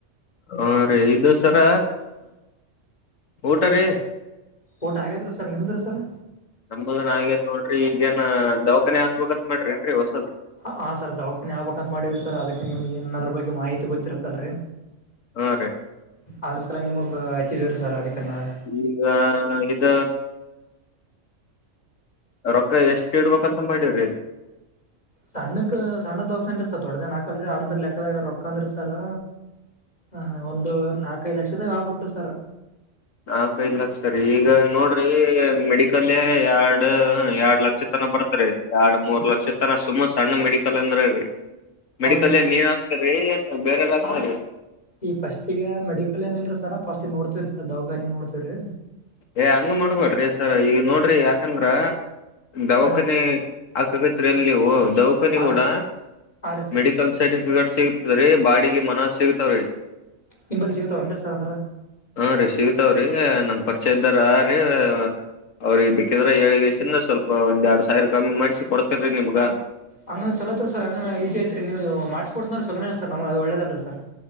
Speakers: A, on the left; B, on the left.
A: ಹಾ ರೀ ಇದು ಸರ ಊಟ ರೀ.
B: ಊಟ ಆಗೇತ್ತ್ರ ಸರ್ ನಿಮ್ದ್ರ ಸರ್.
A: ನಮ್ದುನು ಆಗೈತ ನೋಡ್ರಿ ಈಗೇನ ದವಾಖಾನೆ ಹಾಕ್ಬೇಕಂತ್ ಮಾಡ್ರಿ ಏನ್ರಿ ಹೊಸದ.
B: ಹಾ ಸರ್ ದವಕನಿ ಹಾಕ್ಬೇಕ ಅಂತ ಮಾಡೀವಿರೀ ಸರ್ ಅದಕ್ಕೆ ನಿಮ್ಗೆ ಎನ್ ಅದರ್ ಬಗ್ಗೆ ಮಾಹಿತಿ ಗೊತ್ತಿರತದಲ್ರಿ.
A: ಹಾ ರೀ
B: ಅದ್ರ ಸಲ್ಯ ನಿಮಗ್ ಹಚ್ಚಿದಿವ್ರೀ ಸರ್ ಅದಕ್ ನಾವೆ.
A: ಈಗ ಇದ. ರೊಕ್ಕ ಎಷ್ಟ್ ಇಡ್ಬೇಕ್ಂತ ಮಾಡಿರಿ.
B: ಸಣ್ಣಕ್ ಸಣ್ಣ ದವಕಾನಿ ಸರ್ ದೊಡ್ಡದೇನ್ ಹಾಕಲ್ರಿ ಅಂದ್ರ ಲೆಕ್ಕದಾಗ ರೊಕ್ಕಂದ್ರ ಸರ್. ಹ ಒಂದು ನಾಲ್ಕೈದು ಲಕ್ಷದಾಗ ಆಗ್ಬೇಕ್ರಿ ಸರ್.
A: ನಾಕೈಐದ್ ಲಕ್ಷ ರಿ ಈಗ ನೋಡ್ರಿ ಮೆಡಿಕಲೆ ಎರಡ್ ಎರಡ್ ಲಕ್ಷ ಲಕ್ಷತನ ಬರ್ತಾದ್ರಿ ಎರಡ್ ಮೂರ್ ಲಕ್ಷ ತನ ಸುಮ್ ಸಣ್ಣ ಮೆಡಿಕಲ್ ಅಂದ್ರ ರೀ.
B: ಹೌದ್ರಿ
A: ಮೆಡಿಕಲೆ
B: ಸರ್
A: ನೀವೆ ಹಾಕ್ತೀರಿ ಎನ್ ಬೇರೆರ ಹಾಕ್ತಾರಿ.
B: ಈ ಫಸ್ಟಿಗೆ ಮೆಡಿಕಲ್ ಏನ್ ಇಲ್ರಿ ಸರ್ ಫಸ್ಟ್ ನೋಡ್ತಿವರಿ ಸರ್ ದವಾಖಾನಿ ನೋಡ್ತೇವ್ರೀ.
A: ಏ ಹಂಗ ಮಾಡ್ಬೇಡ್ರಿ ಸರ್ ಈಗ ನೋಡ್ರಿ ಯಾಕಂದ್ರ ದವಖಾನಿ
B: ಹಾ ರೀ ಸರ್
A: ಹಾಕಗತ್ರಲ್ ನೀವು ದೌಖನಿ
B: ಹಾ
A: ಗೂಡ
B: ಹಾ ರೀ ಸರ್
A: ಮೆಡಿ ಕಲ್ ಸರ್ಟಿಫಿಕೇಟ್ ಸಿಗತದ ರೀ ಬಾಡಿಗಿ ಮನಾರ್ ಸಿಗತಾವ್ರೀ.
B: ನಿಂಬಲ್ಲಿ ಸಿಗತಾವೇನ್ರಿ ಸರ್ ಅಂದ್ರ.
A: ಹಾ ರಿ ಸಿಗತಾವ್ರೀ ನಮ್ ಪರಿಚಯ ಇದ್ದಾರ ಹಾ ರೀ ಅವ್ರಿಗ್ ಬೇಕಿದ್ರ ಹೇಳ್ ಗೆಸಿಂದ್ರ ಸ್ವಲ್ಪ ಒಂದ್ ಎರಡ್ ಸಾವಿರ ಕಮ್ಮಿ ಮಾಡ್ಸಿ ಕೊಡ್ತಿರೀ ನಿಮ್ಗ.
B: ಹಂಗ ಚಲೋ ಆತ್ರಿ ಸರ್ ಹೆಂಗನ ಈಜಿ ಐತ್ರಿ ನೀವು ಮಾಡ್ಕ್ಸೋತನಂದ್ರ ಚಲೋನೆ ಅದ್ ಸರ್ ನಮಗ ಅದು ಒಳ್ಳೇದೆ ಆಲ್ರ ಸರ್.